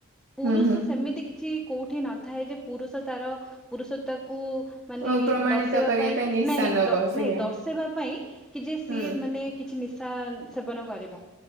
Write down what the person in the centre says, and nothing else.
ପୁରୁଷ
ସେମିତି କିଛି କୋଉଠି ନଥାଏ ଯେ ପୁରୁଷ ତାର ପୁରୁଷତା କୁ ମାନେ
ଦର୍ଶେଇବା
ପାଇଁ
ନାଇଁ ନାଇଁ
ଦ
ନାଇଁ ଦର୍ଶେଇବା ପାଇଁ କି ଯେ ସିଏ
ମାନେ କିଛି ନିଶା ସେବନ କରିବ